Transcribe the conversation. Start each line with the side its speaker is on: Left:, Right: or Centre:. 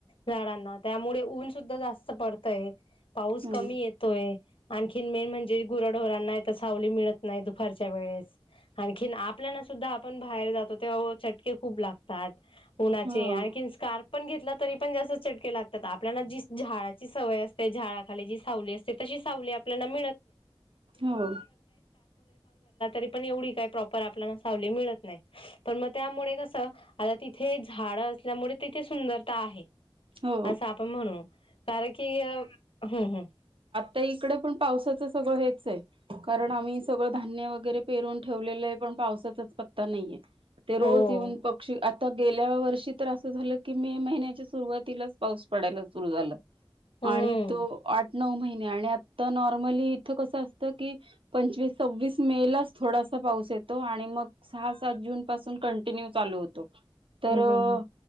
Left: झाडांना त्यामुळे उंच इथ जास्त पडतय पाऊस
Right: ह
Left: कमी येतोय. आणखी मेन म्हणजे गुराढोरांना सावली मिळत नाही, दुपारच्या वेळेस आणखी आप आपल्याना सुद्धा आपण बाहेर, जातो तेव्हा चटके खूप लागतात. उन्हाचे
Right: हो
Left: आणखीन स्कार पण घेतला तरी पण जास्त चटके लागतात आपल्याला जी झाडाची सवय असते झाडांखाली जी सावली असते तशी सावली आपल्याच <unintelligible>
Right: हो
Left: तरी पण एवढ काय प्रॉपर आप आप वली मिळत नाही पण मग त्यामुळे कसं आता तिथे झाड असल्यामुळे, तिथे सुंदरता आहे.
Right: हो
Left: आस आपण म्हणू कार की अ हम् हम्
Right: ता इकडे पण पावसाचं सगळं हेच आहे कारण आम्ही सगळं धान्य वगैरे पेरून ठेवलेलं आहे पण पावसाचाच पत्ता नाहीये. ते रोज
Left: हो.
Right: येऊन पक्षी <unintelligible> आता गेल्या वर्षी तर असं झालं की मे महिन्याच्या, सुरुवातीलाच पाऊस पडायला सुरु झाला
Left: हम्म
Right: आणि
Left: हम्म
Right: तो आठ नऊ महिने आणि आता नॉर्मली इथं कसं असतं की पंचवीस सव्वीस मे लाच थोडासा पाऊस येतो आणि मग सहा, सात जून, पासून कंटिन्यू चालू होतो. तर अ
Left: हम्म हम्म